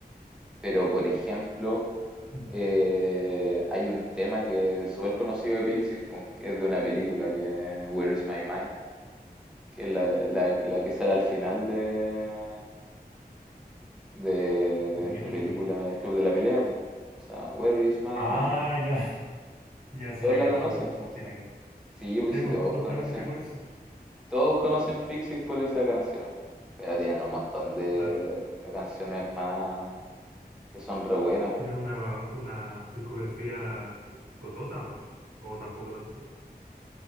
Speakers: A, in the centre; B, on the right.
A: Pero, por ejemplo,
B: Mm,
A: eh, hay un tema que es súper conocido de Pixies, po, que es de una película que es Where is My Mind, que es la, de- la, la que sale al final de, de
B: ¿De
A: esta
B: qué película?
A: película, El Club de la Pelea. po. O sea, Where is My
B: Ah,
A: Mind.
B: ya, <laughs> ya, sí
A: Todos
B: la
A: la
B: cacho
A: conocen,
B: entonces,
A: po.
B: sí la cacho.
A: Sí, pues
B: Sí,
A: sí,
B: pues,
A: todos
B: justamente
A: conocen
B: por eso.
A: Todos conocen Pixies por esa canción, po. pero tienen un montón de,
B: Claro.
A: de canciones más que son re buenas.
B: ¿Tienen
A: po.
B: una, una discografía cotota o no? ¿O tampoco tanto?